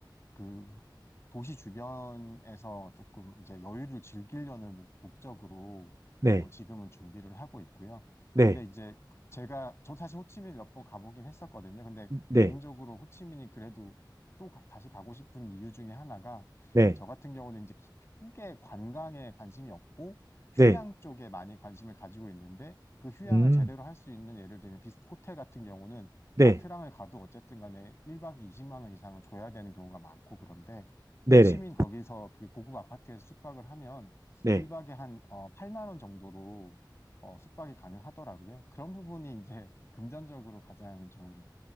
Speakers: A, on the left; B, on the right.
A: 그 도시 주변에서 조금 이제 여유를 즐기려는 목- 목적으로
B: 네,
A: 어, 지금은 준비를 하고 있고요.
B: 네,
A: 근데 이제 제가 저 사실 호치민 몇 번 가보긴 했었거든요. 근데
B: 네,
A: 개인적으로 호치민이 그래도 또 가- 다시 가고 싶은 이유 중에 하나가
B: 네,
A: 저 같은 경우는 이제 키- 크게 관광에 관심이 없고 휴양
B: 네,
A: 쪽에 많이 관심을 가지고 있는데 그 휴양을
B: 음,
A: 제대로 할 수 있는 예를 들면 비스 호텔 같은 경우는
B: 네,
A: 나트랑을 가도 어쨌든 간에 1박에 20만 원 이상은 줘야 되는 경우가 많고 그런데
B: 네,
A: 호치민
B: 네,
A: 거기서 그 고급 아파트에서 숙박을 하면
B: 네.
A: 1박에 한 어, 8만 원 정도로 어, 숙박이 가능하더라고요. 그런 부분이 이제 금전적으로 가장 좀,